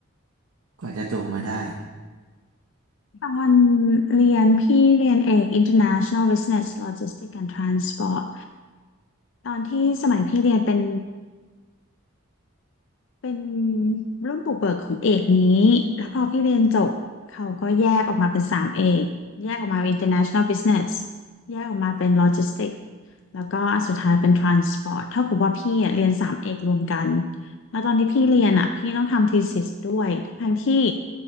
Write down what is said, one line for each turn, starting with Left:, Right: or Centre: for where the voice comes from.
Right: กว่าจะจบมาได้
Left: ตอนเรียนพี่เรียนเอก International Business Logistics and Transport ตอนที่สมัยพี่เรียนเป็น เป็นรุ่นปลูกเบิกของเอกนี้ แล้วพอพี่เรียนจบเขาก็แยกออกมาเป็นสามเอกแยกออกมาเป็น International Business แยกออกมาเป็น Logistics แล้วก็อันสุดท้ายเป็น Transport เท่ากับว่าพี่อะเรียนสามเอกรวมกันแล้วตอนที่พี่เรียนอ่ะพี่ต้องทำ thesis ด้วยทั้งที่